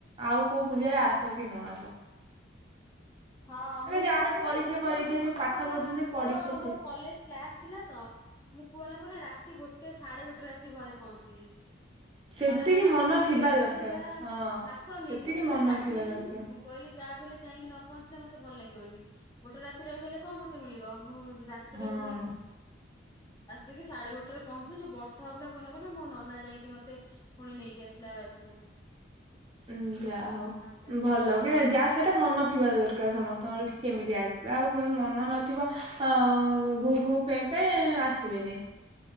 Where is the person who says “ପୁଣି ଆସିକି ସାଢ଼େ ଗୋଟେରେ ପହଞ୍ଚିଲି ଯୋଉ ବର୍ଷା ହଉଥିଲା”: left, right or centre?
Left